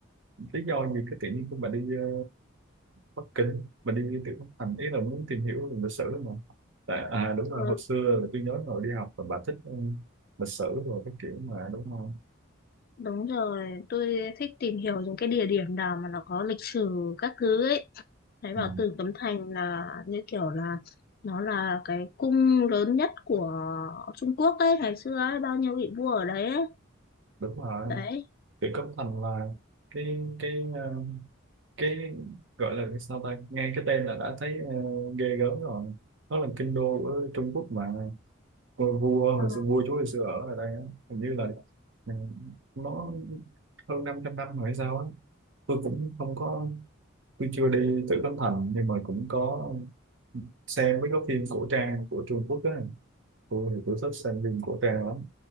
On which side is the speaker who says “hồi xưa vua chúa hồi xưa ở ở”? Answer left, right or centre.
Right